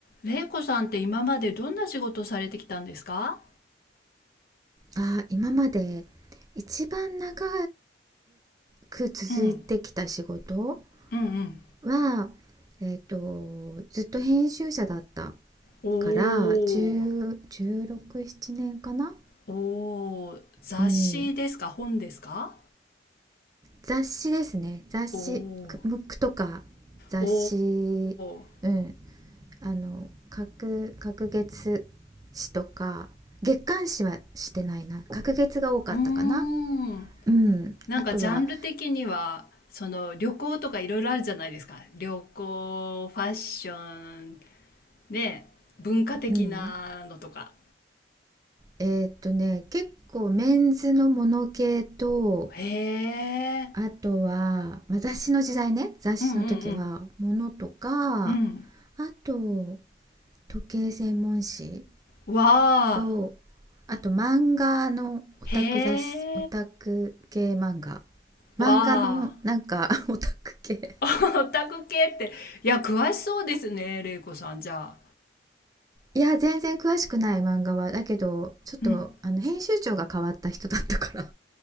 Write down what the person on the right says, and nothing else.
あー、今まで一番長く続いてきた仕事
は、えっと、ずっと編集者だった
から10 16、7年かな、
うん、雑誌ですね雑誌ムックとか雑誌、
うん、あの各各月誌とか月刊誌はしてないな各月が多かったかな、
うん、
あとは、
うん、えーっとね、結構メンズのモノ系と、
あとは、まあ、雑誌の時代ね、雑誌の時は、
モノとか、
あと、時計専門誌
と、あと漫画のオタク雑誌、
オタク系漫画。
漫画のなんか <laughs> オタク系。
いや、全然詳しくない漫画は。だけど、ちょっと、
あの、編集長が変わった人だったから